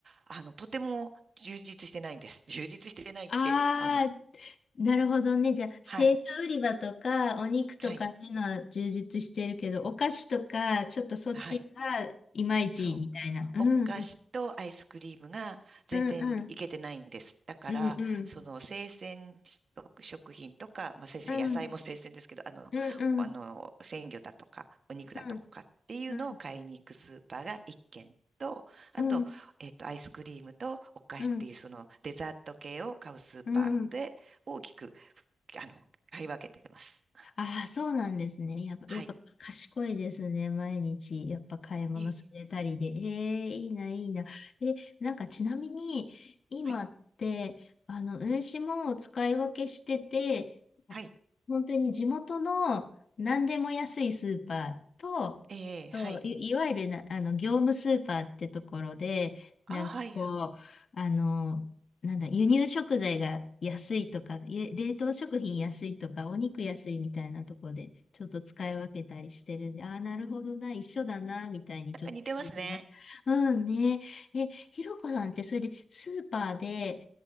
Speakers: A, on the right; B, on the left.
A: あの、とても充実してないんです。充実してないって、
B: ああ、
A: あの、
B: なるほどね。じゃあ生地売り場とかお肉とかのは充実してるけど、
A: はい、はい、
B: お菓子とかちょっとそっちがいまいちみたいな。
A: はい。そう。
B: うんうん
A: お菓子とアイスクリームが全然いけてないんです。
B: うんうん
A: だから、
B: うん
A: その生鮮食品とか、まあ、生鮮、
B: うん
A: 野菜も生鮮ですけど、あの、
B: うんうんうん
A: あの、鮮魚だとか、お肉だとかっていうのを買いに行くスーパーが一軒と、
B: うんう
A: あと、
B: ん
A: えっと、アイスクリームとお菓子っていうそのデザート系を買うスーパーで大きく、
B: うんうんうん。
A: あの、買い分けてます。
B: ああ、そうなんですね。やっぱ、
A: はい。
B: やっぱ賢いですね。毎日、やっぱ買い物されたりで。
A: いえいえ。
B: ええいいな、いいな。え、なんかちなみに、今って、
A: はい。
B: あの、運指も使い分けしてて、
A: はい。
B: 本当に地元の何でも安いスーパーと、
A: ええ、
B: とい、
A: はい。
B: いわゆるな、あの、業務スーパーってところで、
A: あ、
B: なんかこう、
A: はい。な
B: あの、なんだ、輸入食材が安いとか、い冷凍食品安いとか、お肉安いみたいなとこで、ちょっと使い分けたりしてるんで、ああ、なるほどな、一緒だな、みたいにちょっと聞いてました。
A: んか似てますね。
B: うんね。え、ひろこさんって、それでスーパーで、